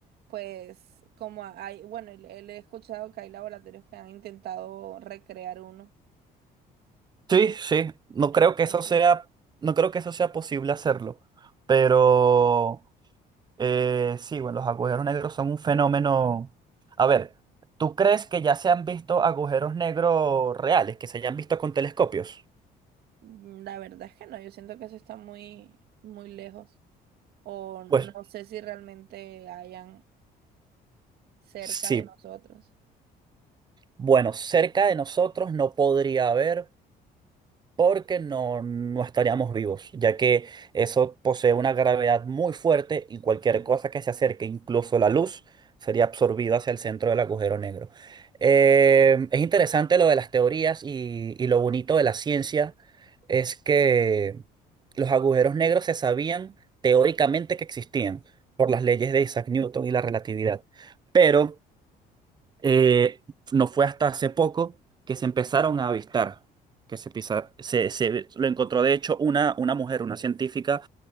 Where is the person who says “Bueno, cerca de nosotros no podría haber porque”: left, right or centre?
Right